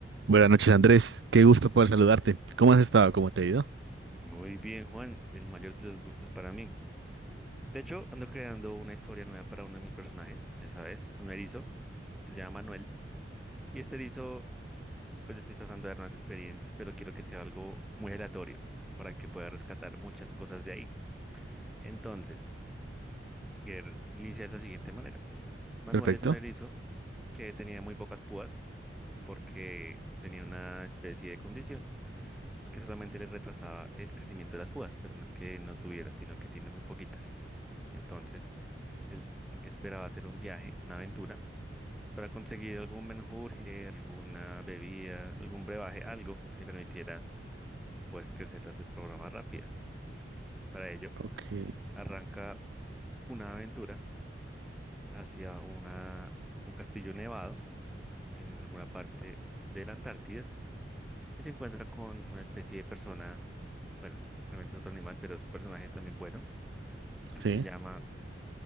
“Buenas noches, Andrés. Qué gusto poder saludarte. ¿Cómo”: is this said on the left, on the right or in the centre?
Right